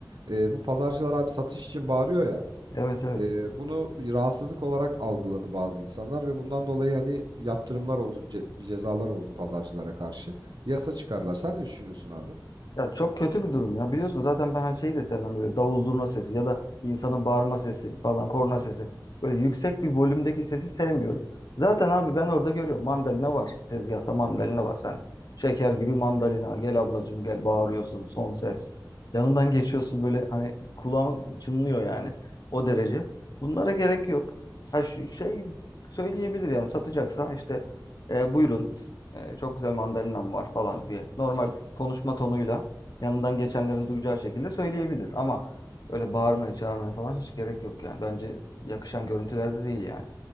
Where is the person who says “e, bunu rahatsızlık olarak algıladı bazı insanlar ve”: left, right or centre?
Right